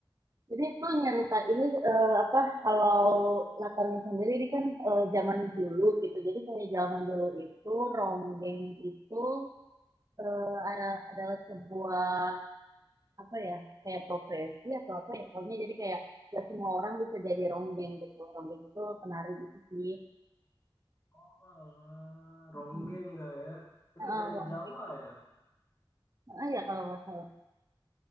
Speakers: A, on the right; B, on the left.
A: jadi itu nyerita ini eh, apa kalau latarnya sendiri ini kan eh, zaman dulu gitu. Jadi kayak zaman dulu itu Ronggeng itu eh, ada adalah sebuah apa ya kayak profesi atau apa ya pokoknya jadi kayak gak semua orang bisa jadi ronggeng gitu ronggeng itu penari gitu sih
B: Oh, alah, ronggeng
A: Mm.
B: kak ya? Itu
A: Ah,
B: dari
A: Rong-
B: Jawa ya?
A: ah, ya kalau nggak salah.